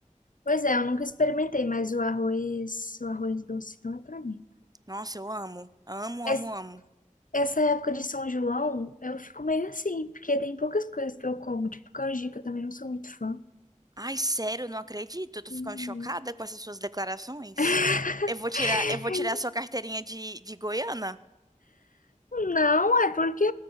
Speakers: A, on the left; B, on the right.
A: Pois é, eu nunca experimentei, mas o arroz, o arroz doce não é pra mim.
B: Nossa, eu amo. Amo,
A: Es-
B: amo, amo.
A: Essa época de São João, eu fico meio assim, porque tem poucas coisas que eu como, tipo canjica, eu também não sou muito fã.
B: Ai, sério, eu não acredito. Eu tô
A: Uhum.
B: ficando chocada com essas suas declarações.
A: <laughs>
B: Eu vou tirar, eu vou tirar a sua carteirinha de, de Goiana.
A: Não, é porque